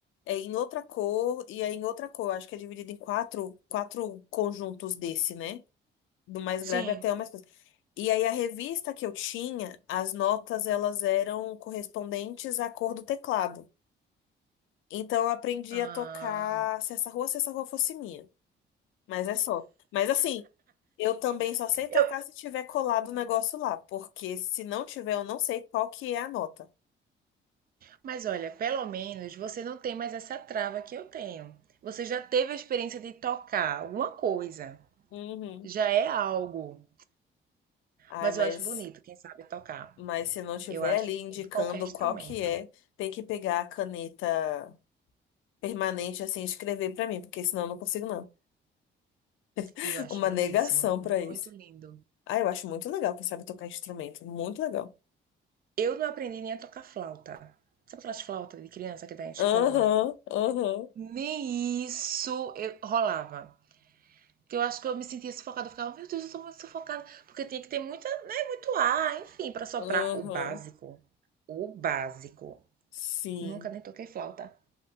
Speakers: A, on the left (about 80°); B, on the right (about 50°).
A: é em outra cor e aí em outra cor. Acho que é dividido em quatro, quatro conjuntos desse, né? Do mais
B: sim.
A: grave até o mais coisa. E aí a revista que eu tinha, as notas elas eram correspondentes à cor do teclado. Então eu aprendi
B: Ah.
A: a tocar Se Essa Rua, Se Essa Rua Fosse Minha. Mas é só. Mas assim, eu também só sei tocar
B: Eu
A: se tiver colado o negócio lá, porque se não tiver, eu não sei qual que é a nota.
B: mas olha, pelo menos você não tem mais essa trava que eu tenho. Você já teve a experiência de tocar alguma coisa.
A: Uhum.
B: Já é algo.
A: Ai,
B: Mas
A: mas,
B: eu acho bonito quem sabe tocar.
A: mas se não tiver
B: Eu acho
A: ali indicando
B: bonito qualquer instrumento.
A: qual que é, tem que pegar a caneta permanente assim e escrever pra mim, porque senão eu não consigo não. <laughs>
B: E eu acho
A: Uma
B: lindíssimo,
A: negação
B: muito
A: pra isso.
B: lindo.
A: Ah, eu acho muito legal quem sabe tocar instrumento, muito legal.
B: Eu não aprendi nem a tocar flauta. Sabe aquelas flautas de criança que dá em escola?
A: Aham, aham,
B: Nem isso eu rolava. Que eu acho que eu me sentia sufocada. Eu ficava, meu Deus, eu tô muito sufocada. Porque tinha que ter muita, né, muito ar, enfim, pra soprar.
A: aham.
B: O básico. O básico.
A: Sim.
B: Nunca nem toquei flauta.